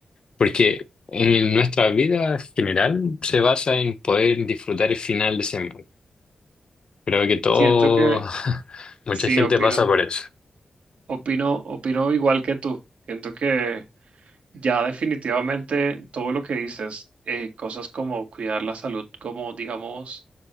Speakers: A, on the left; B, on the right.
A: porque en nuestra vida general se basa en poder disfrutar el final de semana. Creo que todo,
B: Siento que
A: <laughs> mucha
B: sí,
A: gente
B: opino,
A: pasa por eso.
B: opino, opino igual que tú. Siento que ya definitivamente todo lo que dices, eh, cosas como cuidar la salud, como digamos,